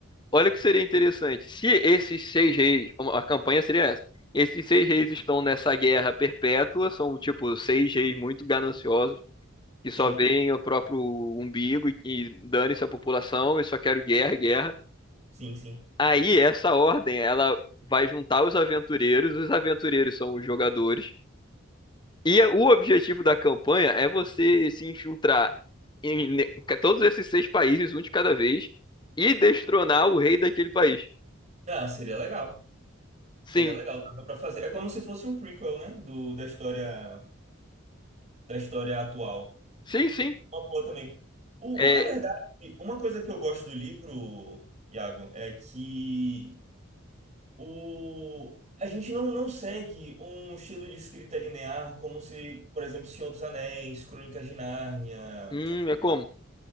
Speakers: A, on the left; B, on the right.
A: Olha o que seria interessante. Se esses seis reis, a campanha seria essa. Esses seis reis estão nessa guerra perpétua, são tipo seis reis muito gananciosos que
B: Sim,
A: só veem o próprio umbigo e, e dane-se a população e só quero guerra, guerra.
B: sim, sim.
A: Aí essa ordem, ela vai juntar os aventureiros, os aventureiros são os jogadores. E a- o objetivo da campanha é você se infiltrar em ne- todos esses seis países, um de cada vez, e destronar o rei daquele país.
B: Ah, seria legal.
A: Sim,
B: Seria legal, dava pra fazer. É como se fosse um prequel, né? Do, da história, da história atual.
A: sim, sim.
B: Uma boa também. O,
A: É,
B: o, na verdade, uma coisa que eu gosto do livro, Iago, é que o, a gente não, não segue um estilo de escrita linear como se, por exemplo, Senhor dos Anéis, Crônicas de Nárnia,
A: hum, é como?